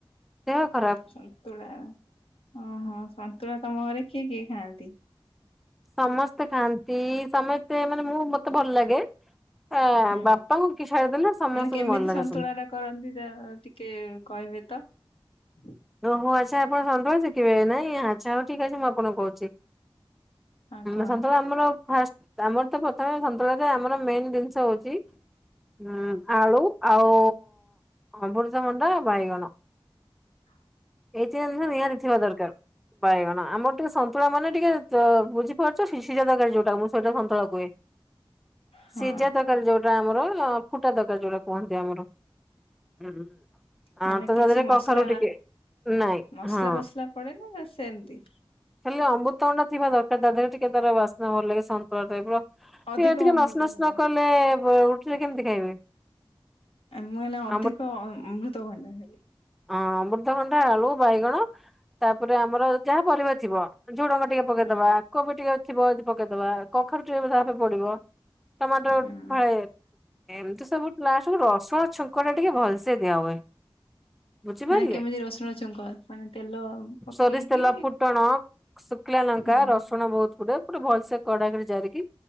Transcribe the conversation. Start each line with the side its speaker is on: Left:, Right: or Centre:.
Centre: ଦେହ ଖରାପ
Left: ସନ୍ତୁଳା ଓହୋ ସନ୍ତୁଳା ତମ ଘରେ କିଏ କିଏ ଖାଆନ୍ତି?
Centre: ସମସ୍ତେ ଖାଆନ୍ତି ସମସ୍ତେ ମାନେ ମୁଁ ମତେ ଭଲ ଲାଗେ ଆ
Left: ହୁଁ
Centre: ବାପାଙ୍କୁ କି ଛାଡିଦେଲେ ସମସ୍ତଙ୍କୁ
Left: ମାନେ କେମିତି
Centre: ଭଲ ଲାଗେ
Left: ସନ୍ତୁଳା ଟା କରନ୍ତି ତା ଟିକେ କହିବେ ତ? ଁ <inaudible>
Centre: ଓହୋ ଆଚ୍ଛା, ଆପଣ ସନ୍ତୁଳା ଶିଖିବେ ନାଇଁ, ଆଚ୍ଛା, ହଉ ଠିକ ଅଛି, ମୁଁ ଆପଣଙ୍କୁ କହୁଛି
Left: ହଁ କୁହନ୍ତୁ
Centre: ସନ୍ତୁଳା ଆମର ଫା ଆମର ତ ପ୍ରଥମେ ସନ୍ତୁଳା ଆମର ମେନ୍ ଜିନିଷ ହଉଛି ହୁଁ ଆଳୁ, ଆଉ ଅମୃତ ଭଣ୍ଡା ବାଇଗଣ
Left: ହ <inaudible>
Centre: ଏଇଥି ଜିନିଷ ନିହାତି ଥିବା ଦରକାର ବାଇଗଣ ଆମର ଟିକେ ସନ୍ତୁଳା ମାନେ ଟିକେ ତ ବୁଝିପାରୁଛ ସିଝା ତରକାରୀ ଯୋଉଟା ମୁଁ ସେଇଟା ସନ୍ତଳା କୁହେ
Left: ହଁ
Centre: ସିଝା ତରକାରୀ ଯୋଉଟା ଫୁଟା ଆମର ଫୁଟା ତରକାରୀ ଯୋଉଟା କୁହନ୍ତି ଆମର ହୁଁ
Left: ମାନେ
Centre: ଆ ତ
Left: କିଛି
Centre: ଦିହେରେ
Left: ମସଲା
Centre: କଖାରୁ ଟିକେ ନାଇଁ
Left: ମସଲା
Centre: ହଁ।
Left: ଫସଲା ପଡେ ନା ସେମିତି?
Centre: ହେଲେ ଅମୃତ ଭଣ୍ଡା ଥିବା ଦରକାର ତା ଦେହରେ ଟିକେ ତର ବାସ୍ନା ଭଲ ଲାଗେ ସନ୍ତୁଳା ଟାଇପ ର
Left: ଅଧିକ
Centre: ଟିକେ
Left: ଅମୃତଭଣ୍ଡା।
Centre: ନସନସ ନ କଲେ ଉଠିଲେ କେମିତି ଖାଇବେ
Left: ଆ ମୁ ହେଲେ ଅଧିକ
Centre: ଆମ୍ବ
Left: ଅମୃତ କଣ୍ଡାଖାଲି
Centre: ହଁ ଅମୃତଭଣ୍ଡା, ଆଳୁ, ବାଇଗଣ ତାପରେ ଆମର ଯାହା ପରିବା ଥିବ ଝୁଡଙ୍ଗ ଟିକେ ପକେଇଦବା
Left: ହୁଁ
Centre: କୋବି ଟିକେ ଥିବ ଆ ପକେଇଦବା କଖାରୁ ଟିକେ ଯାହାବିହେଲେ ପଡିବ ଟମାଟୋ
Left: ହୁଁ
Centre: ଫାଳେ ଏମିତି ସବୁ ସବୁ ରସଣ ଛୁଙ୍କ ଟିକେ ଭଲସେ ଦିଆ ହୁଏ ବୁଝିପାରିଲେ
Left: ମାନେ କେମିତି ରସୁଣ ଛୁଙ୍କ ମାନେ ତେଲ ପକେଇକି
Centre: ସୋରିଷ ତେଲ, ଫୁଟଣ, ଶୁଖିଲା ଲଙ୍କା,
Left: ହୁଁ
Centre: ରସୁଣ ବହୁତ ଗୁଡେ ଗୋଟେ ଭଲସେ କଡାକରେ ଜାରିକି